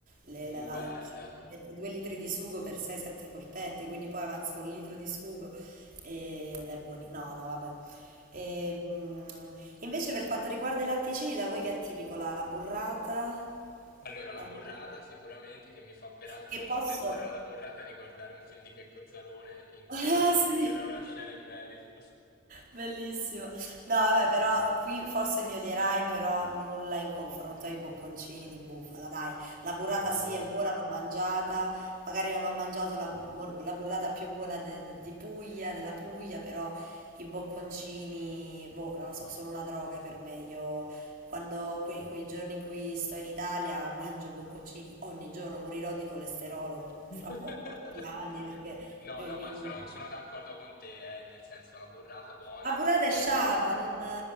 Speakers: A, on the right; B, on the left.
A: Le,
B: uh,
A: la- la-
B: bello.
A: ci mette due litri di sugo per 6-7 polpette, quindi poi avanza un litro di sugo e- ed è buono. No, no, vabbè. E, mm, invece per quanto riguarda i latticini, da voi che è tipico la, la burrata?
B: Allora, la
A: La
B: burrata
A: burrata?
B: sicuramente che mi fa peraltro
A: Che posso...
B: pensare alla burrata e ricordare un film di Checco Zalone
A: <laughs>
B: in cui
A: Ah, sì.
B: <laughs> c'era una scena in merito.
A: Bellissimo. No, vabbè, però qui forse mi odierai, però nulla in confronto ai bocconcini di bufala, dai. La burrata
B: Uh.
A: sì è buona, l'ho mangiata, magari non ho mangiato la, mor- la burrata più buona de- de- di Puglia, della Puglia, però i bocconcini, boh, non lo so, sono una droga per me. Io quando quei, quei giorni in cui sto in Italia mangio bocconcini ogni giorno, morirò di colesterolo
B: <laughs>
A: fra, po- fra pochi anni perché
B: No,
A: mi,
B: no,
A: mi-
B: ma
A: mi-
B: sono, sono d'accordo con te, eh, nel senso la burrata buona,
A: ma pure te
B: però
A: sciava, non... <laughs>